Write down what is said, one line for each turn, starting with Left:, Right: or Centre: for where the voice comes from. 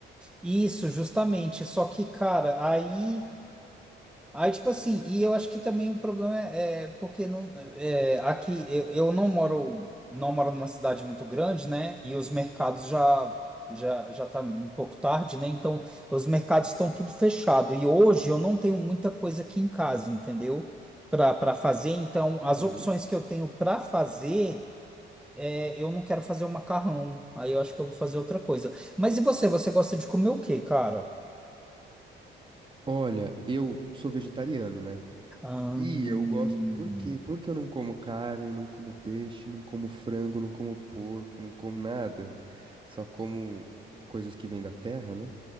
Centre: Isso, justamente. Só que, cara, aí. Aí, tipo assim, e eu acho que também o problema é, é porque não, é, aqui eu, eu não moro, não moro numa cidade muito grande, né? E os mercados já já já tá um pouco tarde, né? Então, os mercados estão tudo fechado. E hoje eu não tenho muita coisa aqui em casa, entendeu? Para para fazer, então,
Right: Uhum.
Centre: as opções que eu tenho para fazer, é, eu não quero fazer o macarrão. Aí eu acho que eu vou fazer outra coisa. Mas e você? Você gosta de comer o quê, cara?
Right: Olha, eu sou vegetariano, né?
Centre: Ahn,
Right: E eu gosto por quê? Porque eu não como carne, não como peixe, não como frango, não como porco, não como nada. Só como coisas que vêm da terra, né?